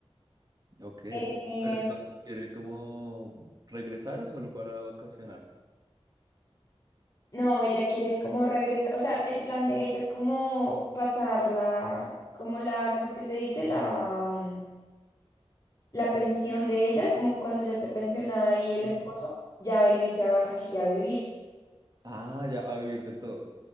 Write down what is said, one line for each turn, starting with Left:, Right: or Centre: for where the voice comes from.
Right: Ok.
Left: Eh,
Right: Pero entonces, ¿quiere como regresar o solo para vacacionar?
Left: no, ella quiere como regresar, o sea, el plan de ella es como pasarla, como la, ¿cómo es que se dice? La... mm, la pensión de ella, como cuando ya esté pensionada y el
Right: ujú.
Left: esposo, ya venirse a Barranquilla a vivir.
Right: Ah, ya, a vivir del todo.